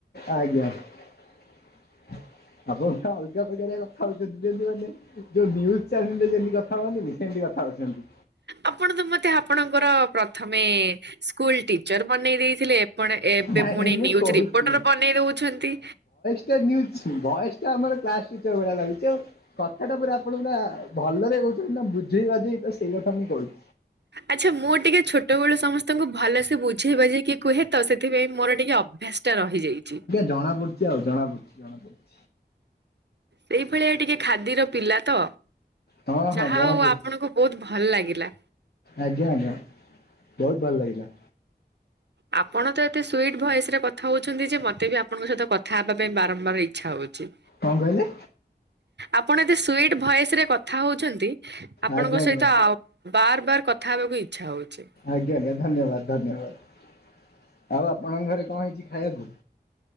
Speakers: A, on the left; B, on the right.
A: ଆଜ୍ଞା ଆପଣ ପୁରା ଆଲଗା ପକାରିଆ କଥା ହଉଛନ୍ତି ଯେଇତି ମାନେ ଯୋଉ ନ୍ୟୁଜ୍ ଚ୍ୟାନେଲ୍ ରେ ଯେଇଁତି କଥା ହୁଅନ୍ତିନି ସେଇଁତି କଥା ହଉଛନ୍ତି।
B: ଆପଣ ତ ମତେ ଆପଣଙ୍କର ପ୍ରଥମେ ସ୍କୁଲ ଟିଚର ବନେଇ ଦେଇଥିଲେ। କଣ ଏବେ
A: ନାଇଁ
B: ପୁଣି
A: ନାଇଁ ମୁଁ
B: ନିୁଜ୍
A: କହୁଛି।
B: ରିପୋର୍ଟର ବନେଇ ଦଉଛନ୍ତି।
A: ତ ନ୍ୟୁଜ୍ ଭଏଜ୍ ଟା ଆମର କ୍ଲାସ୍ ଟିଚର ଭଳିଆ ଲାଗୁଛି ଆଉ କଥାଟା ପୁରା ଆପଣ ପୁରା ଭଲରେ କହୁଛନ୍ତି ନା ବୁଝେଇ ବାଜେଇ ତ ସେଇ କଥା ମୁଁ କହୁଛି।
B: ଆଚ୍ଛା ମୁଁ ଟିକେ ଛୋଟ ବେଳୁ ସମସ୍ତଙ୍କୁ ଭଲସେ ବୁଝେଇ ବଝେଇକି କୁହେ ତ ସେଥିପାଇଁ ମୋର ଟିକେ ଅଭ୍ୟାସ ଟା ରହିଯାଇଛି
A: ଜଣା ପୁଛି ଆଉ ଜଣା ପଡୁଛି ଜଣାପଡୁଛି।
B: ସେଇଭଳିଆ ଟିକେ ଖାଦିର ପିଲା ତ
A: ହଁ ହଁ
B: ଯାହା
A: ଜଣା
B: ହଉ
A: ପଡୁଛି
B: ଆପଣଙ୍କ ବହୁତ ଭଲ ଲାଗିଲା।
A: ଆଜ୍ଞା ଆଜ୍ଞା ବହୁତ ଭଲ ଲାଗିଲା।
B: ଆପଣ ତ ଏତେ ସ୍ବିଇଟ ଭଏସ ରେ କଥା ହଉଛନ୍ତି ଯେ ମତେ ବି ଆପଣଙ୍କ ସହିତ କଥା ହେବା ପାଇଁ ବାରମ୍ବାର ଇଚ୍ଛା ହଉଛି।
A: କଣ କହିଲେ?
B: ଆପଣ ଏତେ ସ୍ୱଇଟ ଭଏସ ରେ କଥା ହଉଛନ୍ତି ଆପଣଙ୍କ
A: ଆଜ୍ଞା ଆଜ୍ଞା
B: ସହିତ ଆଉ ବାର ବାର କଥା ହେବାକୁ ଇଚ୍ଛା ହଉଛି।
A: ଆଜ୍ଞା ଆଜ୍ଞା ଧନ୍ୟବାଦ ଧନ୍ୟବାଦ ଆଉ ଆପଣଙ୍କ ଘରେ କଣ ହେଇଛି ଖାଇବାକୁ?